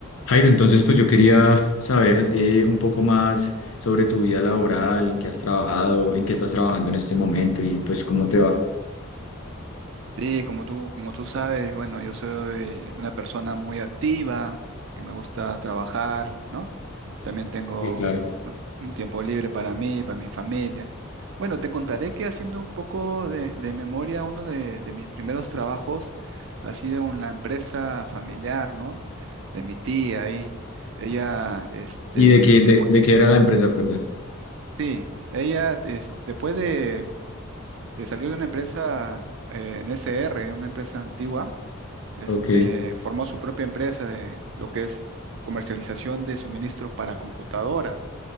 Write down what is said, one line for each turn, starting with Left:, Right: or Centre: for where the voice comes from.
Left: Jairo, entonces pues yo quería saber eh, un poco más sobre tu vida laboral, en qué has trabajado, en qué estás trabajando en este momento y pues cómo te va.
Right: Sí, como tú, como tú sabes, bueno, yo soy una persona muy activa, que me gusta trabajar, ¿no? También tengo
Left: Sí, claro.
Right: un, un tiempo libre para mí, para mi familia. Bueno, te contaré que haciendo un poco de, de memoria, uno de, de mis primeros trabajos ha sido en la empresa familiar, ¿no? De mi tía ahí. Ella, este,
Left: ¿Y de qué, de,
Right: después,
Left: de qué era la empresa, perdón?
Right: sí, ella, des- después de, de salir de una empresa eh, en S R, una empresa antigua, este,
Left: Ok.
Right: formó su propia empresa de lo que es comercialización de suministros para computadora.